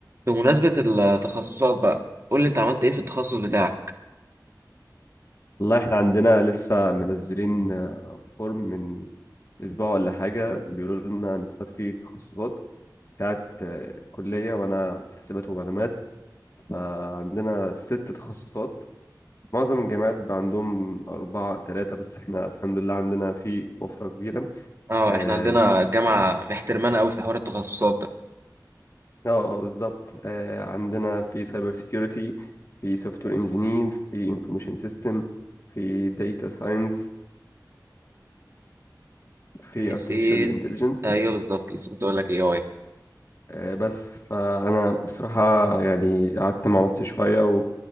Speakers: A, on the right; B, on the left.
A: بمناسبة التخصصات بقى قول لي انت عملت ايه في التخصص بتاعك
B: والله احنا عندنا لسه منزلين آه، فورم من اسبوع ولا حاجة بيقولوا لنا نختار فيه التخصصات بتاعت آه، كلية وانا في حاسبات ومعلومات فعندنا ست تخصصات معظم الجامعات بقى عندهم أربعة تلاتة بس احنا الحمد لله عندنا في وفرة كبيرة
A: اه
B: آه،
A: احنا عندنا
B: في
A: الجامعة محترمانة قوي في حوار التخصصات ده
B: اه آه، بالظبط آه، عندنا في سايبر سيكيورتي في سوفت وير انجينير في انفورميشن سيستم في داتا ساينس في
A: نسيت
B: artificial intelligence
A: ايوه بالظبط لسه كنت اقول لك ايه اي
B: آه، بس فانا بصراحه يعني قعدت مع نفسي شويه